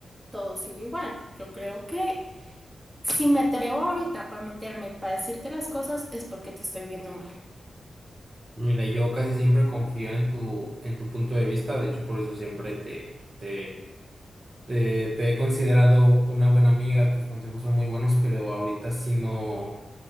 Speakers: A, on the right; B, on the right.
A: todo sigue igual. Yo creo que si me atrevo ahorita para meterme, para decirte las cosas, es porque te estoy viendo mal.
B: Mira, yo casi siempre confío en tu, en tu punto de vista, de hecho por eso siempre te, te, te, te he considerado una buena amiga, tus consejos son muy buenos, pero ahorita sí no,